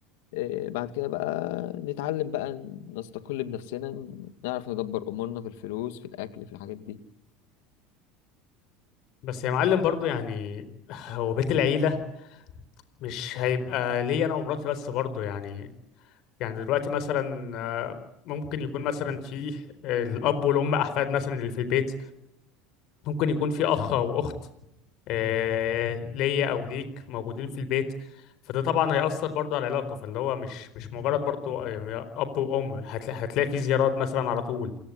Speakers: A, on the left; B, on the left.
A: آه، بعد كده بقى نتعلم بقى نستقل بنفسنا نعرف ندبر امورنا في الفلوس في الاكل في الحاجات دي
B: بس يا معلم برضو يعني هو بيت العيلة مش هيبقى ليا أنا ومراتي بس برضو يعني يعني دلوقتي مثلا آه، ممكن يكون مثلا في الأب والأم أحفاد مثلا اللي في البيت ممكن يكون في أخ أو أخت آه، ليا او ليك موجودين في البيت فده طبعا هيأثر برضه على العلاقة فاللي هو مش مش مجرد برضه يعني أب وأم هتلاقي هتلاقي في زيارات مثلا على طول